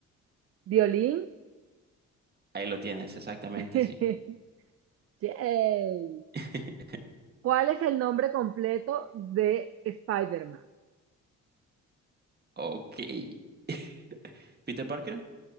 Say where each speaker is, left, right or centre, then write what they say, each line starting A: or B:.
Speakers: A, on the right; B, on the right.
A: Violín.
B: Ahí lo tienes, exactamente,
A: <laughs>
B: sí.
A: Yay.
B: <laughs>
A: ¿Cuál es el nombre completo de Spider-Man?
B: Ok. <laughs> ¿Peter Parker?